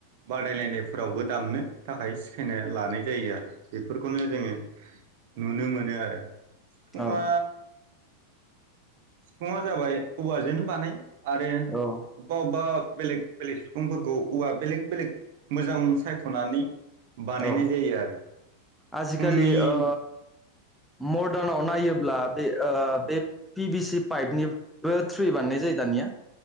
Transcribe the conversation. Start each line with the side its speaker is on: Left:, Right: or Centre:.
Right: बादायलायनायफोरावबो दामनो थाखाय सिखायना लानाय जायो आरो बेफोरखौनो जोङो नुनो मोनो आरो सिफुङा
Centre: औ
Right: सिफङा जाबाय औवाजोंनो बानाय आरो
Centre: औ
Right: वबा वबा बेलेग बेलेग सिफुंफोरखौ औवा बेलेग बेलेग मोजां सायख'नानै बानायनाय
Centre: औ
Right: जायो आरो
Centre: आजिखालि
Right: सिफुंनि
Centre: ओ मदारनाव नायोब्ला बे बे पि बि सि पाइपनिबो थ्रि बानायनाय जायो दानिया।